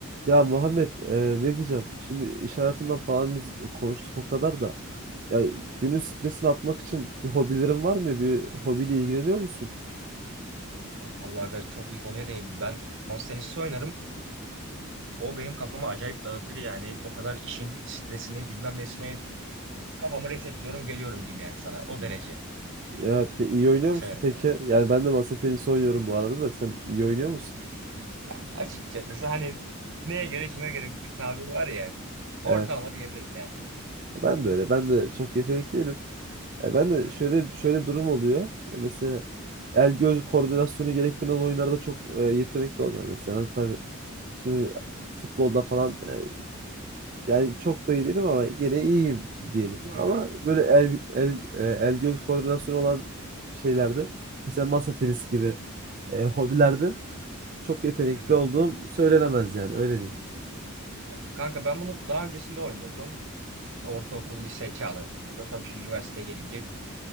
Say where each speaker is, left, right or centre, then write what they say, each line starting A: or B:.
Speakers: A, on the right (about 40°); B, on the right (about 60°).
A: Ya Muhammed e, ne diyeceğim? Şimdi iş hayatından falan biz konuştuk o kadar da. Ya günün stresini atmak için bir hobilerin var mı? Bir hobiyle ilgileniyor musun?
B: Vallahi ben çok iyi konuya değindim. Ben masa tenisi oynarım. O benim kafamı acayip dağıtır yani. O kadar işin stresini bilmem nesini kafamı resetliyorum geliyorum diyeyim yani sana. O
A: Hmm.
B: derece.
A: Ya pe- iyi oynuyor
B: Çok
A: musun
B: severim.
A: peki? Yani ben de masa tenisi oynuyorum bu arada da sen iyi oynuyor musun?
B: Ya açıkçası hani neye göre kime göre bir tık tabir var ya. Ortalama
A: Evet.
B: diyebilirim yani.
A: Ben de öyle. Ben de çok yetenekli değilim. E, ben
B: Hı
A: de
B: hı.
A: şöyle şöyle durum oluyor. E, mesela el göz koordinasyonu gerektiren oyunlarda çok e, yetenekli olmuyorum mesela. Tabii şimdi futbolda falan e, Yani çok da iyi değilim ama gene iyiyim diyelim.
B: Hı
A: Ama
B: hı.
A: böyle el, el, e, el göz koordinasyonu olan şeylerde mesela masa tenisi gibi e, hobilerde çok yetenekli
B: Hı hı.
A: olduğum söylenemez yani öyle diyeyim.
B: Ya kanka ben bunu daha öncesinde oynuyordum. Ortaokul, lise çağlarında. Tabii şimdi üniversiteye gelince